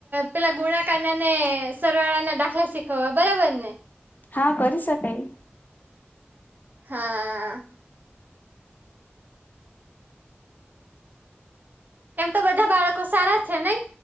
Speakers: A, on the right; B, on the left.
A: પેલા ગુણાકાના ને સરવાળા ના દાખલા શીખવવા બરાબર ને
B: હા કરી શકાય
A: હા એમ તો બધા બાળકો સારા છે નઈ